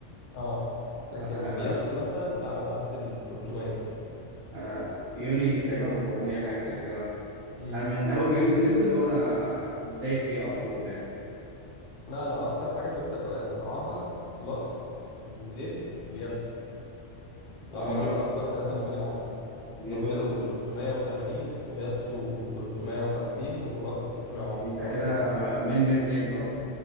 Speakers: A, on the left; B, on the right.
A: اه لكن
B: آه
A: بياسو مثلا لا انا معدي ال 300
B: انا يوني تقريبا 400 حاجه زي كده
A: امم
B: انا من اول ما يوني نزل وانا دايس بيه على طول يعني
A: لا انا اكتر حاجه كنت ب- انا بلعبها لوكس وزد وياسو لو
B: آه
A: ما دول اكتر ثلاثه موجودين عندي
B: هما
A: زد
B: دول
A: ربع 380 وياسو 350 ولوكس 310
B: انت كده
A: حاجه كده يعني
B: من ميد لين طبعا